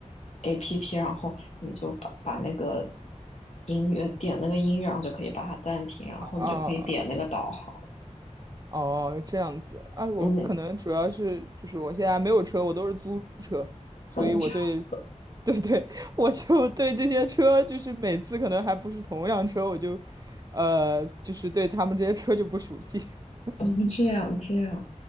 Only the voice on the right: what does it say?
<laughs> 啊。哦，这样子啊，我可能主要是就是我现在没有车，
我都是租车，所以我对，
<laughs> 对对，我就对这些车，就是每次可能还不是同一辆车，我就，呃，就是对他们这些车就不熟悉。<laughs>